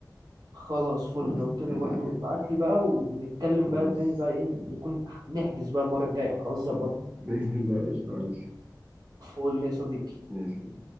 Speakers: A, on the right; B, on the right.
A: خلاص فل
B: خلاص
A: لو كده
B: اتفقنا
A: برضو ابعت لي بقى ونتكلم
B: خلاص
A: بقى تاني بقى ايه نكون نحجز بقى المرة الجاية احنا خلاص ظبطنا
B: خلاص بإذن الله قشطة ماشي
A: فل يا صديقي
B: ماشي